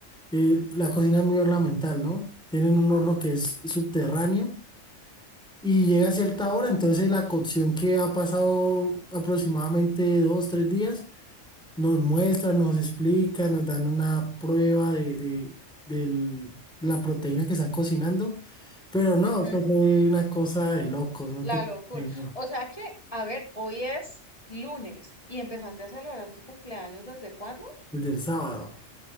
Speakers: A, in the centre; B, on the left.
A: Eh, la cocina es muy ornamental, ¿no? Tienen un horno que es subterráneo y llega a cierta hora, entonces la cocción que ha pasado aproximadamente dos, tres días, nos muestra, nos explica, nos dan una prueba de, de- del- la proteína que están cocinando, pero no,
B: Ujú,
A: eso fue una cosa de locos, no
B: la
A: te
B: locura.
A: imaginas,
B: O sea que, a ver, hoy es lunes y empezaste a celebrar tu cumpleaños ¿desde cuándo?
A: desde el sábado,